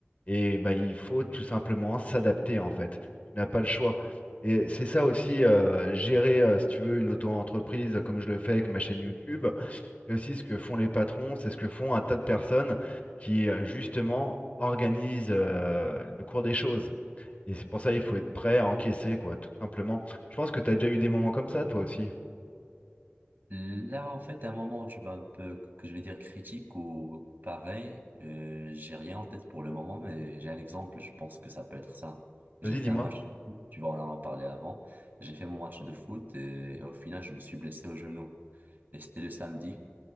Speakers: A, on the left; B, on the right.
A: et bah, il faut tout simplement s'adapter en fait. Tu n'as pas le choix. Et c'est ça aussi, euh, gérer, euh, si tu veux, une auto-entreprise comme je le fais avec ma chaîne YouTube. C'est aussi ce que font les patrons, c'est ce que font un tas de personnes qui, euh, justement, organisent, euh, le cours des choses. Et c'est pour ça il faut être prêt à encaisser, quoi, tout simplement. Je pense que tu as déjà eu des moments comme ça, toi aussi.
B: Là, en fait, à un moment où tu vas un peu, que je vais dire critique ou pareil, euh, j'ai rien en tête pour le moment, mais j'ai un exemple, je pense que ça peut être ça. J'ai
A: Vas-y,
B: fait
A: dis-moi.
B: un match de foot, tu vois, on en a parlé avant. J'ai fait mon match de foot et, au final, je me suis blessé au genou. Et c'était le samedi.